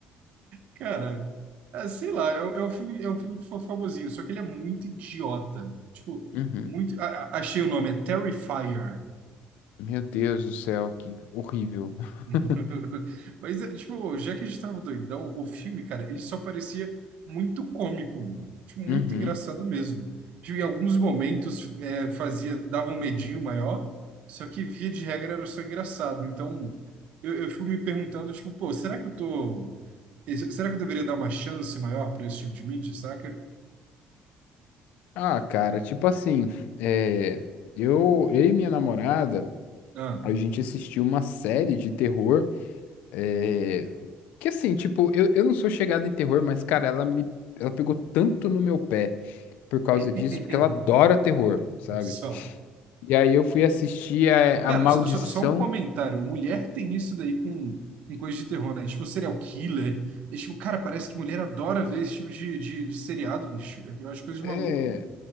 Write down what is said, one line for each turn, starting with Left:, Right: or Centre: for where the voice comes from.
Right: Cara, ah, sei lá, é, um é um filme, é um filme que foi famosinho, só que ele é muito idiota. Tipo,
Left: Uhum.
Right: muito. a- a- achei o nome, é Terrifier.
Left: Meu Deus do céu, que horrível. <laughs>
Right: <laughs> Mas, é, tipo, já que a gente tava doidão, o filme, cara, ele só parecia muito cômico, mano. Tipo,
Left: Uhum.
Right: muito engraçado mesmo. Tipo, em alguns momentos é, fazia, dava um medinho maior, só que via de regra era só engraçado. Então, eu, eu fico me perguntando, tipo, pô, será que eu tô. esse- Será que eu deveria dar uma chance maior pra esse tipo de mídia, saca?
Left: Ah, cara, tipo assim, é, eu, eu e minha namorada,
Right: Ah.
Left: a gente assistiu uma série de terror, é, que assim, tipo, eu, eu não sou chegado em terror, mas, cara, ela me, ela pegou tanto no meu pé por causa
Right: <laughs>
Left: disso, porque ela adora terror, sabe?
Right: Só.
Left: E aí eu fui assistir a,
Right: Cara,
Left: a Maldição
Right: só, só- um comentário. Mulher tem isso daí com, com coisa de terror, né? Tipo, serial killer. É, tipo, cara, parece que mulher adora ver esse tipo de, de, de seriado, bicho. Eu acho coisa de
Left: É,
Right: maluco.